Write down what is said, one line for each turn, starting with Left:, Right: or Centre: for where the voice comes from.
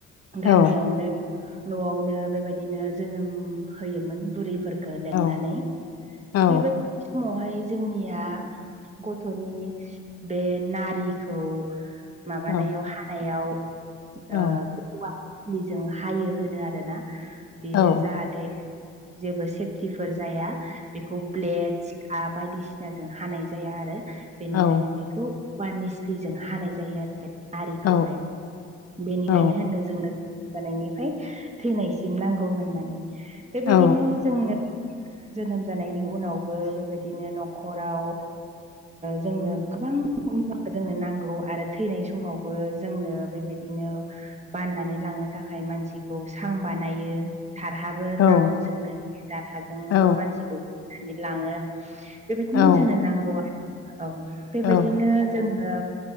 Right: गामियावनो
Left: औ
Right: न'आवनो बेबायदिनो जोनोम होयोमोन बुरैफोर खो लिंनानै
Left: औ औ
Right: बेबायदि समावहाय जोंनिया गथ'नि बे नारिखौ माबानायाव
Left: औ
Right: हानायाव ओ औवाजों
Left: औ
Right: खिलिजों हायो होनो आरोना बेयो
Left: औ
Right: जाहाथे नथाय जेबो सेफटिफोर जाया बेखौ ब्लेड हा बायदिसिनाजों हानाय जाया आरो बेनिखायनो
Left: औ
Right: बेखौ वान निस्लिजों हानाय जायो आरो नारिखौहाय
Left: औ
Right: बेनिखायनो
Left: औ
Right: होनदों जोंनो जानायनिफ्राय थैनायसिम नांगौ होननानै बेबायदिनो
Left: औ
Right: जोंनो जोनोम जानायनि उनावबो बेबायदिनो न'खराव जोंनो गोबां जोंनो नांगौ आरो थैनाय समावबो जोंनो बेबायदिनो बाननानै लांनो थाखाय मानसिखौ सां बानायो थारहाबो
Left: औ
Right: नांगौ
Left: औ उम
Right: जोंनो दहाजोंबो
Left: औ
Right: मानसिखौ बनानै लाङो बेबायदिनो
Left: औ
Right: जोंनो
Left: औ
Right: नांगौ आरो औ बेबायदिनो
Left: औ
Right: जोङो